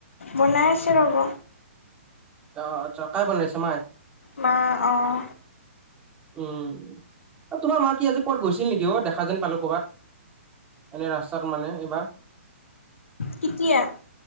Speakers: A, on the left; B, on the right.
A: বনাই আছে ৰ'ব
B: অ আচ্ছা কাই বনাইছে মায়ে
A: মা অহ
B: উম তোমাৰ মা কি আজি কৰবাত গৈছিল নিকি অ' দেখা যেন পালোঁ ক'বাত এনে ৰাস্তাত মানে এইবাৰ।
A: কিতিয়া।